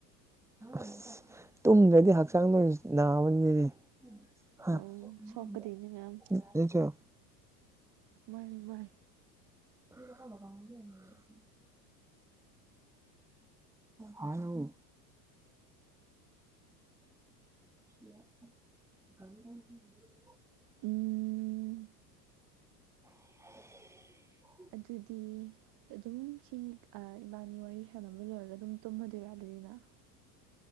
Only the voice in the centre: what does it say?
ꯑꯁ ꯇꯨꯝꯗ꯭ꯔꯗꯤ ꯍꯛꯆꯥꯡꯗ ꯅꯥꯕꯅꯤꯅꯦ ꯍꯥ
<unintelligible>
<inaudible> ꯍꯥꯜꯂꯣ꯫ ꯪ <inaudible>
<inaudible>